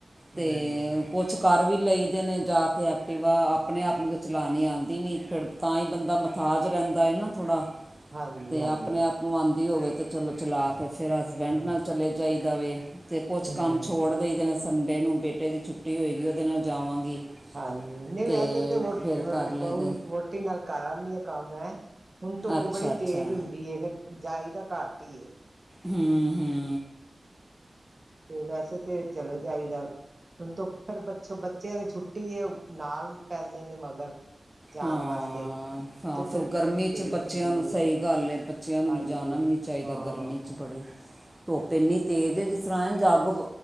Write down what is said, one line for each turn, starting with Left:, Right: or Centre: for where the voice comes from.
Right: ਹੂੰ
Centre: ਤੇ ਕੁਛ। ਘਰ ਵੀ ਲਈ ਦੇ ਨੇ ਜਾ ਕੇ ਐਕਟਿਵਾ। ਆਪਣੇ ਆਪ ਨੂੰ ਤਾਂ ਚਲਾਉਣੀ ਆਂਦੀ ਨਹੀਂ ਫਿਰ ਤਾਂ ਹੀ ਬੰਦਾ ਮਥਾਜ ਰਹਿੰਦਾ ਏ ਨਾ ਥੋੜ੍ਹਾ।
Right: ਹਾਂਜੀ
Centre: ਤੇ
Right: ਹਾਂਜੀ
Centre: ਆਪਣੇ ਆਪ ਨੂੰ ਆਂਦੀ ਹੋਵੇ ਤੇ ਚਲੋ ਚਲਾ ਕੇ ਫਿਰ। ਹਸਬੈਂਡ
Right: ਹਾਂ
Centre: ਨਾਲ ਚਲੇ ਜਾਈਦਾ ਵੇ ਤੇ ਕੁਛ
Right: ਹੂੰ
Centre: ਕੰਮ ਛੋੜ ਦੇਈ ਦੇ ਨੇ। ਸੰਡੇ ਨੂੰ ਬੇਟੇ ਦੀ ਛੁੱਟੀ ਹੋਏਗੀ ਉਹਦੇ ਨਾਲ ਜਾਵਾਂਗੀ।
Right: ਹਾਂਜੀ! ਨਹੀਂ
Centre: ਅਤੇ
Right: ਵੈਸੇ ਤਾਂ
Centre: ਫਿਰ ਕਰ ਲਈਦਾ
Right: ਬ ਵੋਟੀ ਨਾਲ ਕਰੀ ਆਨੀ ਆ ਕੰਮ ਮੈਂ। ਹੁਣ ਧੁੱਪ
Centre: ਅੱਛਾ
Right: ਬੜੀ
Centre: ਅੱਛਾ
Right: ਤੇਜ਼ ਹੁੰਦੀ ਹੈ, ਫਿਰ ਜਾਇਦਾ ਘੱਟ ਹੀ ਹੈ।
Centre: ਹੂੰ! ਹੂੰ!
Right: ਤੇ ਵੈਸੇ ਤੇ ਚਲੇ ਜਾਈਦਾ। ਹੁਣ ਤੋ ਫਿਰ ਬ ਬੱਚਿਆਂ ਦੀ ਛੁੱਟੀ ਹੈ ਨਾਲ ਪੈਂਦੇ ਨੇ ਮਗਰ। ਜਾਣ
Centre: ਹਾਂ!
Right: ਵਾਸਤੇ
Centre: ਹਾਂ!
Right: ਤੇ
Centre: ਫਿਰ
Right: ਧੁੱਪ
Centre: ਗਰਮੀ
Right: ਬੜੀ
Centre: 'ਚ
Right: ਤੇਜ਼
Centre: ਬੱਚਿਆਂ
Right: ਹੁੰਦੀ
Centre: ਨੂੰ ਸਹੀ
Right: ਏ
Centre: ਗੱਲ ਹੈ ਬੱਚਿਆਂ ਨੂੰ
Right: ਹਾਂਜੀ
Centre: ਲਿਜਾਣਾ ਵੀ ਨੀ। ਚਾਹੀਦਾ
Right: ਹਾਂ।
Centre: ਗਰਮੀ 'ਚ ਬੜੀ।
Right: <inaudible>
Centre: ਧੁੱਪ ਇੰਨੀ ਤੇਜ਼ ਹੈ, ਜਿਸ ਤਰ੍ਹਾਂ ਇੰਜ ਅੱਗ।